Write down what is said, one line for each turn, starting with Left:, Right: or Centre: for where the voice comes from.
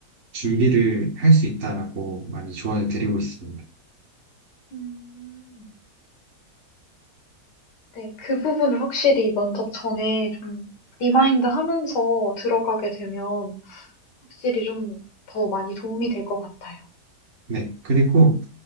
Right: 준비를 할 수 있다라고 많이 조언을 드리고 있습니다.
Left: 음, 네, 그 부분을 확실히 면접 전에 좀 리마인드 하면서 들어가게 되면 확실히 좀 더 많이 도움이 될 것 같아요.
Right: 네, 그리고